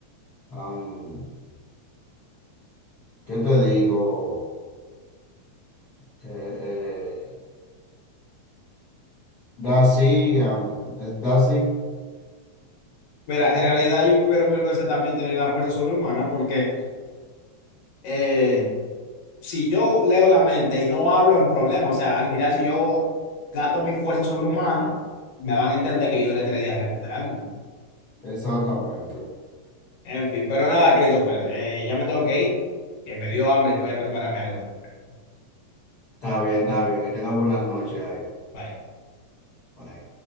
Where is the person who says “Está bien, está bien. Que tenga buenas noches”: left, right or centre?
Left